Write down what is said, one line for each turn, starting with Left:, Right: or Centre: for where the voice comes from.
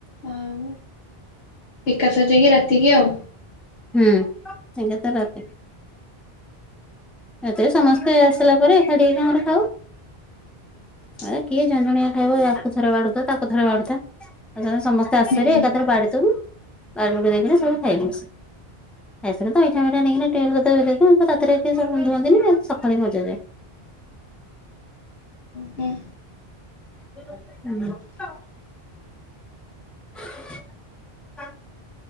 Left: ଆଉ ଏକାଥରେ ଯାଇକି ରାତିକି ଆଉ।
Centre: ହୁଁ, ଏକାଥରେ ରାତି। ରାତିରେ ସମସ୍ତେ ଆସିଲା ପରେ ଏକାଠି ହେଇ ସାଙ୍ଗରେ ଖାଉ।
Left: <inaudible>
Centre: ଏ କିଏ ଜଣେ ଜଣିଆ ଖାଇବ ୟାକୁ ଥରେ ବାଢୁଥା ତାକୁ ଥରେ ବାଢୁଥା। ଏକାଥରେ ସମସ୍ତେ ଆସ
Left: ହୁଁ
Centre: ସାରିବେ ଏକାଥରେ ବାଢି ସବୁ ବାଢି ବୁଢି ଦେଇକିନା ସବୁ ଖାଇବୁ ମିଶି। ଖାଇ ସାରିନେ ତ ଅଇଁଠା ମଇଁଠି ନେଇିକିନା ଟିଅଲ କତର ଥୋଇଦଉ ତ ରାତିରେ କି <unintelligible> ଧୁଅନ୍ତିନି ସକାଳେ ମଜାଯାଏ।
Left: ହୁଁ
Centre: ଉଁ, ଆଁ,